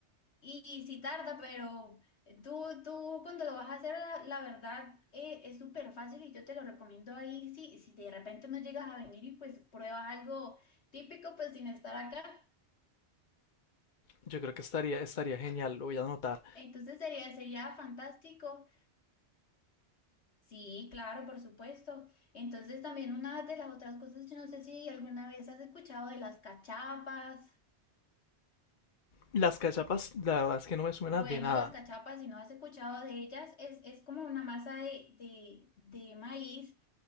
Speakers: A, on the left; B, on the left.
A: y, y sí tarda, pero eh, tú, tú cuando lo vas a hacer, la, la verdad eh, es súper fácil y yo te lo recomiendo ahí, si, si de repente no llegas a venir y pues pruebas algo típico, pues sin estar acá,
B: Yo creo que estaría, estaría genial, lo voy a anotar.
A: entonces sería, sería fantástico. Sí, claro, por supuesto. Entonces también una de las otras cosas, yo no sé si alguna vez has escuchado de las cachapas.
B: Las cachapas, la verdad es que no me suena
A: Bueno,
B: de nada.
A: las cachapas, si no has escuchado de ellas, es, es como una masa de, de, de maíz